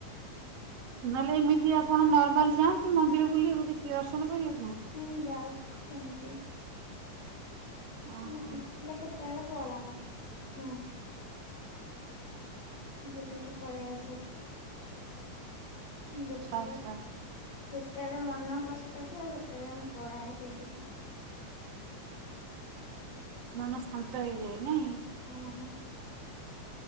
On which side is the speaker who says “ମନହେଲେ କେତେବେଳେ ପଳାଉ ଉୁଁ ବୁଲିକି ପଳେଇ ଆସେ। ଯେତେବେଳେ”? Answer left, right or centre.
Left